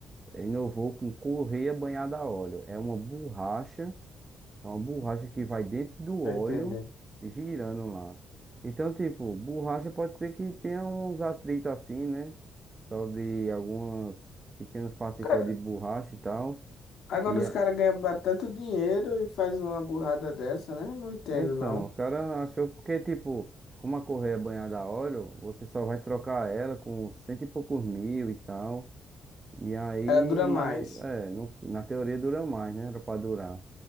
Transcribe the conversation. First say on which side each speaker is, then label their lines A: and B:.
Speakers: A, on the right; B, on the left.
A: inovou com correia banhada a óleo. É uma borracha. É uma borracha que vai dentro do óleo
B: tô entendendo.
A: e girando lá. Então, tipo, borracha pode ser que tenha uns atritos assim, né? Sobre algumas pequenas partículas
B: Cara,
A: de borracha e tal.
B: agora
A: E
B: os
A: é-
B: caras ganham ba- tanto dinheiro e faz uma burrada dessa, né? Não entendo,
A: então,
B: não.
A: os caras achou porque, tipo, como a correia é banhada a óleo, você só vai trocar ela com cento e poucos mil e tal. E aí,
B: Ela dura
A: mas,
B: mais.
A: é, no- na teoria dura mais, né? Era pra durar.